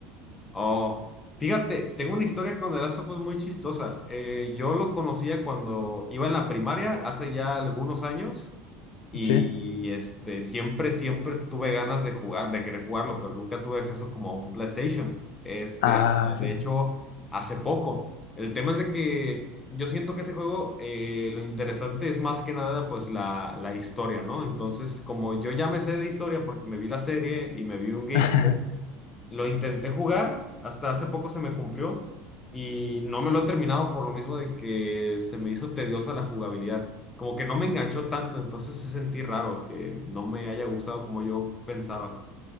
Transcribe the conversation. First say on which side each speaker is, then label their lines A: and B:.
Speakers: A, on the left; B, on the left.
A: Oh, fíjate, tengo una historia con The Last of Us muy chistosa. Eh, yo lo conocía cuando iba en la primaria, hace ya algunos años. Y
B: Sí.
A: este, siempre, siempre tuve ganas de jugar, de querer jugarlo, pero nunca tuve acceso como a un PlayStation. Este,
B: Ah, sí,
A: de
B: sí.
A: hecho, hace poco. El tema es de que yo siento que ese juego, eh, lo interesante es más que nada, pues, la, la historia, ¿no? Entonces, como yo ya me sé de historia porque me vi la serie y me vi un gameplay
B: <laughs>
A: lo intenté jugar, hasta hace poco se me cumplió y no me lo he terminado por lo mismo de que se me hizo tediosa la jugabilidad. Como que no me enganchó tanto, entonces sí sentí raro que no me haya gustado como yo pensaba.